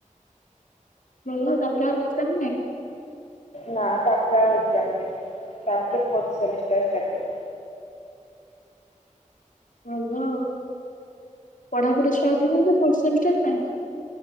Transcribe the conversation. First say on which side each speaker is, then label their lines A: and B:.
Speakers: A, on the left; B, on the left.
A: ମୁଁ ଆଉ ତାପରେ ଆଉ କିଛି ଜାଣିନି।
B: ନା ତାପରେ ଆଉ ଏ ଯାଣିନି ତାପରେ ଫୋର୍ଥ ସେମିଷ୍ଟର ଷ୍ଟାର୍ଟିଂ।
A: ଭଲ ଆଉ ପଢାପଢି ଷ୍ଟାର୍ଟ ହେଲାଣିନା ଫୋର୍ଥ ସେମିଷ୍ଟାର ପାଇଁ।